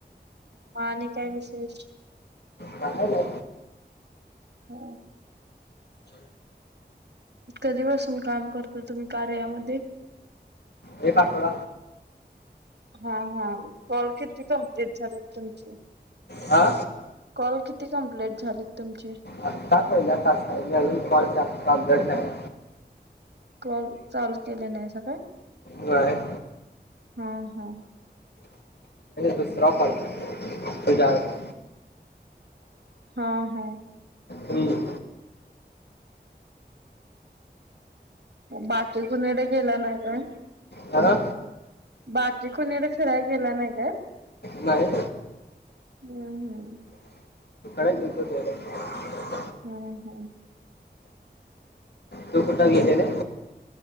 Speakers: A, on the right; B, on the left.
A: मा आणि काय विशेष
B: काले
A: हो कधीपासून काम करता तुम्ही कार्यामध्ये
B: एकेतकोड
A: हा हा कॉल किती कम्प्लीट झालीत तुमची
B: हा
A: कॉल किती कम्प्लेट झालेत तुमचे?
B: आत्ता पहिल्या तास आहेजे अजून कॉल घट नाही.
A: कॉल चालू केले नाहीसा काय?
B: बरंय
A: हो हो
B: दुसरा फल तुजार <unintelligible>
A: हा हा
B: हम्म
A: बाकी कुनीडे गेला नाय काय?
B: हा
A: बाकी कुणीकडं फिराय गेला नाय का?
B: नाही.
A: हम् हम्म
B: का गतत <inaudible>
A: हम् हम
B: तू कुठं गेलेले?